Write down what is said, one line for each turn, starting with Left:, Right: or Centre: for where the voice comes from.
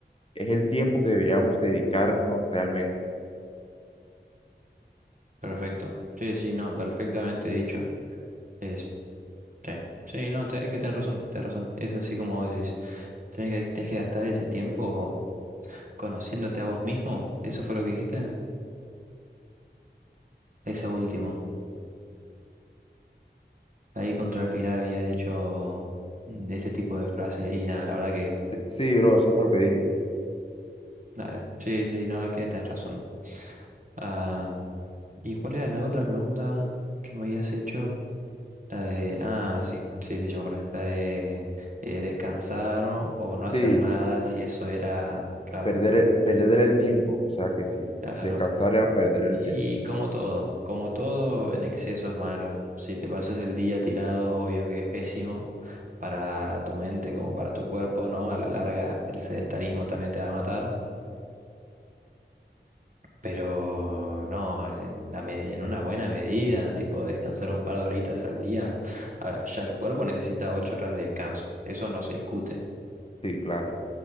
Left: es el tiempo que deberíamos dedicarnos realmente.
Right: perfecto. Sí, sí, no, perfectamente dicho. Es, sí, sí, no, te- es que tenés razón, tenés razón. Es así como vos decís. Tenés que, tenés que gastar ese tiempo conociéndote a vos mismo. ¿Eso fue lo que dijiste? Esa último. Ahí contra el final habías dicho mm, ese tipo de frase y nada, la verdad que,
Left: Sí, bro, eso fue lo que dije.
Right: dale. Sí, sí, no, es que tenés razón. Ah, ¿y cuál era la otra pregunta que me habías hecho? La de... Ah, sí, sí, sí, yo me acordé. La de eh, descansar o o no hacer
Left: Sí,
Right: nada, si eso era... Claro,
Left: perder el, perder el tiempo. O sea que sí,
Right: claro.
Left: descansar era perder el tiempo.
Right: Y como todo, como todo en exceso es malo. Si te pasas el día tirado, obvio que es pésimo para tu mente como para tu cuerpo, ¿no? A la larga el sedentarismo también te va a matar. Pero no, en la med- en una buena medida, tipo descansar un par de horitas al día. A ver, ya el cuerpo necesita ocho horas de descanso, eso no se discute.
Left: Sí, claro.